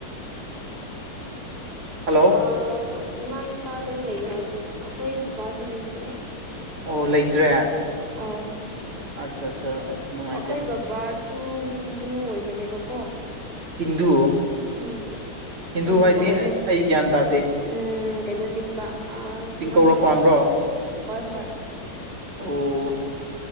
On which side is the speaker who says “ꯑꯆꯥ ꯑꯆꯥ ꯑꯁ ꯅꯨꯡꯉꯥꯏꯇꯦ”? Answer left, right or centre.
Right